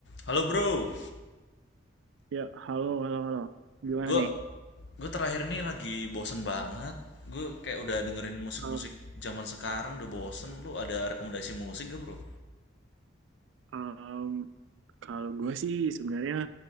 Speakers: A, on the left (about 65°); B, on the right (about 75°).
A: Halo bro,
B: Ya, halo, halo, halo. Gimana
A: gue
B: nih?
A: gue terakhir nih lagi bosen banget. Gue kayak udah dengerin musik-musik
B: Eh,
A: zaman sekarang udah bosen. Lu ada rekomendasi musik gak bro?
B: em, kalau gue sih sebenarnya